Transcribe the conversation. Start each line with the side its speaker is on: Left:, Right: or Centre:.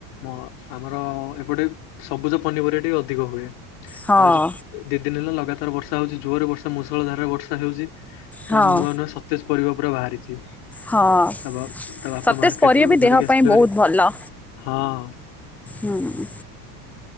Left: ମ ଆମର ଏପଟେ ସବୁଜ ପନିପରିବା ଟିକେ ଅଧିକ ହୁଏ। ଆଉ
Centre: ହଁ
Left: ଆଜି ଦି ଦିନ ହେଲା ଲଗାତାର ବର୍ଷା ହଉଛି ଜୋରେ ବର୍ଷା ମୂଷଳ ଧାରାରେ ବର୍ଷା ହେଉଛି। ତ
Centre: ହଁ
Left: ମୁ ନୂଆ ନୂଆ ସତେଜ ପରିବା ପୁରା ବାହାରିଛି।
Centre: ହଁ ସତେଜ
Left: ତା ବା ତା ବାପା ମାର୍କେଟ
Centre: ପରିବା
Left: ରୁ
Centre: ବି
Left: ଧରିକି
Centre: ଦେହ
Left: ଆସିଥିଲେ
Centre: ପାଇଁ ବହୁତ
Left: ଭାରି।
Centre: ଭଲ।
Left: ହଁ।
Centre: ହୁଁ।